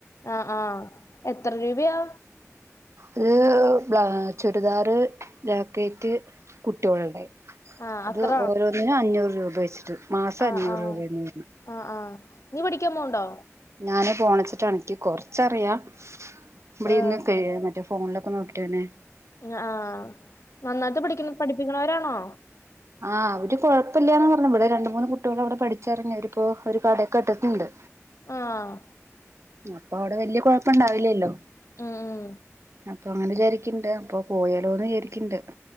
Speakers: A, on the left; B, on the right.
A: ആഹ് ആഹ് എത്ര രൂപയാ?
B: അത് ബ്ലാ ചുരിദാർ 'ജാക്കറ്റ്' കുട്ടികള്ടെ
A: ആ
B: അത്
A: അത്ര
B: ഓരോന്നിനും അഞ്ഞൂറ് രൂപ വെച്ചിട്ട് മാസം
A: ആഹ്
B: അഞ്ഞൂറ്
A: ആഹ്
B: രൂപയെന്ന് പറഞ്ഞു
A: ആഹ് ആഹ് നീ പഠിക്കാൻ പോണ്ടോ?
B: ഞാന് പോണച്ചിട്ടാണക്ക് ന്ക്ക് കൊറച്ചറിയാം ഇവിടെന്ന്
A: ആ
B: മറ്റേ ഫോണിലൊക്കെ നോക്കിട്ടനെ
A: ആഹ്‌ നന്നായിട്ട് പഠിക്ക പഠിപ്പിക്കണോരാണോ?
B: ആ അവര് കുഴപ്പല്യന്ന് പറഞ്ഞു. ഇവിടെ രണ്ട് മൂന്ന് കുട്ട്യേൾ അവിടെ പഠിച്ചറങ്ങു അവരിപ്പോ ഒരു കടയൊക്കെ ഇട്ടിട്ടുണ്ട്.
A: ആഹ്
B: അപ്പൊ അവിടെ വല്യ കുഴപ്പണ്ടാവില്ലല്ലോ?
A: ഉം ഉം
B: അപ്പൊ അങ്ങനെ വിചാരിക്കണ്ട് അപ്പോ പോയാലോന്ന്യാരിക്ണ്ട്